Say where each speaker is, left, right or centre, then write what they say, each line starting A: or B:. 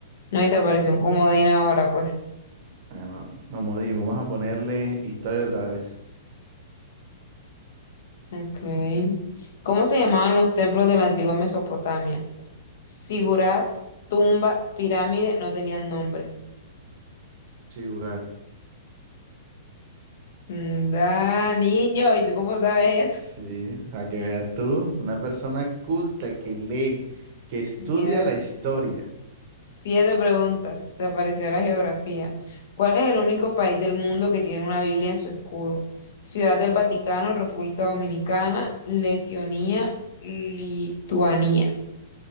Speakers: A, on the left (about 65°); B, on the right (about 45°).
A: No, y te apareció un comodín ahora, pues.
B: Ah, no, nos modimos, vamos a ponerle historia otra vez.
A: Ok. ¿Cómo se llamaban los templos de la antigua Mesopotamia? Sigurat, tumba, pirámide, no tenían nombre.
B: Sí, Burak.
A: Mm, Da, niño, ¿y tú cómo sabes
B: Sí,
A: eso?
B: a que veas tú, una persona culta que lee, que estudia
A: Llevas
B: la historia.
A: siete preguntas. Te apareció la geografía. ¿Cuál es el único país del mundo que tiene una Biblia en su escudo? Ciudad del Vaticano, República Dominicana, Letonia, Lituania.